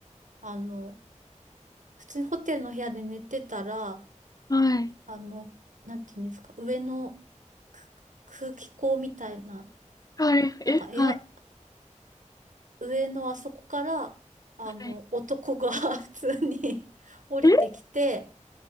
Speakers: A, on the right (about 80°); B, on the left (about 30°).
A: あの、普通にホテルの部屋で寝てたら、
B: い
A: あの、なんていうんですか、上のく空気口みたいな、
B: はい。はい。
A: なんかエア、
B: え、はい
A: 上のあそこから、あの、
B: はい。
A: 男が <laughs> 普通に <laughs> 降りてきて、
B: え